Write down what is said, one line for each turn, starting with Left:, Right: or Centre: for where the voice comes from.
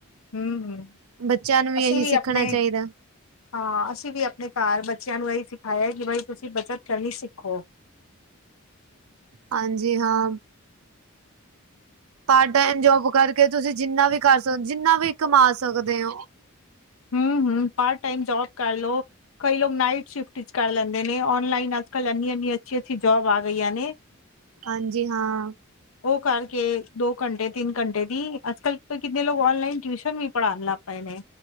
Left: ਹੂੰ-ਹੂੰ
Right: ਬੱਚਿਆਂ ਨੂੰ ਵੀ
Left: ਅਸੀਂ
Right: ਇਹੀ ਸਿੱਖਣਾ
Left: ਆਪਣੇ
Right: ਚਾਹੀਦਾ।
Left: ਹਾਂ, ਅਸੀਂ ਵੀ ਆਪਣੇ ਘਾਰ ਬੱਚਿਆਂ ਨੂੰ ਇਹੀ ਸਖਾਇਆ ਤੁਸੀਂ ਬੱਚਤ ਕਰਨੀ ਸਿੱਖੋ?
Right: ਹਾਂਜੀ ਹਾਂ। ਪਾਰ੍ਟ ਟਾਈਮ ਜੋਬ ਕਰਕੇ ਤੁਸੀਂ ਜਿੰਨਾ ਵੀ ਕਰ ਸਕਦੇ ਜਿੰਨਾ ਵੀ ਕਮਾ ਸਕਦੇ ਓ?
Left: ਹਮ ਹਮ ਪਾਰਟ ਟਾਈਮ ਜੋਬ ਕਰਲੋ, ਕਈ ਲੋਕ ਨਾਈਟ ਸ਼ਿਫਟ ਚ ਕਰ ਲੈਂਦੇ ਨੇ ਲਾਇਨ ਅੱਜ ਕੱਲ੍ਹ ਇੰਨੀ-ਇੰਨੀ ਅੱਸੀ ਅੱਸੀ ਜੋਬ ਆ ਗਈਆਂ ਨੇ।
Right: ਹਾਂਜੀ ਹਾਂ।
Left: ਉਹ ਕਰਕੇ ਦੋ ਘੰਟੇ ਤਿੰਨ ਘੰਟੇ ਦੀ, ਅੱਜ-ਕੱਲ ਕਿੰਨੇ ਲੋਕ ਔਨਲਾਈਨ ਟਿਊਸ਼ਨ ਵੀ ਪੜ੍ਹਾਉਣ ਲੱਗ ਪਏ ਨੇ।